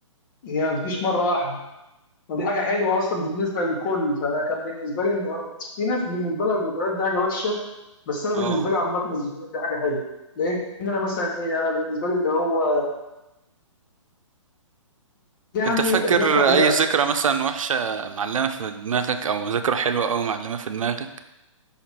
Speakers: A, on the left (about 40°); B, on the right (about 80°).
A: هي ما بتجيش مرة واحدة ودي حاجة حلوة أصلا بالنسبة للكل فأنا كان بالنسبة لي إن في ناس بالنسبة لها الذكريات دي حاجة وحشة بس أنا
B: اه
A: بالنسبة لي عامة الذكريات دي حاجة حلوة لأن أنا مثلا إيه أنا بالنسبة لي اللي هو يعني
B: انت فاكر
A: هي كو... هي
B: أي ذكرى مثلا وحشة معلمة في دماغك أو ذكرى حلوة أوي معلمة في دماغك